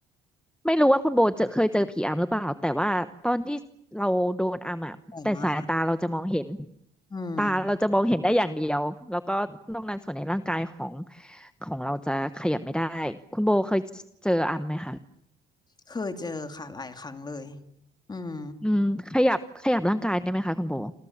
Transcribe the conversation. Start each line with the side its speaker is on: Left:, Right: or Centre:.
Centre: ไม่รู้ว่าคุณโบเจอเคยเจอผีอำหรือเปล่าแต่ว่าตอนที่เราโดนอำอ่ะแต่สายตาเราจะมองเห็น
Left: บ่อยมากอืม
Centre: ตาเราจะมองเห็นได้อย่างเดียวแล้วก็นอกนั้นส่วนในร่างกายของของเราจะขยับไม่ได้คุณโบเคยเจออำไหมคะ
Left: เคยเจอค่ะหลายครั้งเลยอืม
Centre: อืมขยับขยับร่างกายได้ไหมคะคุณโบ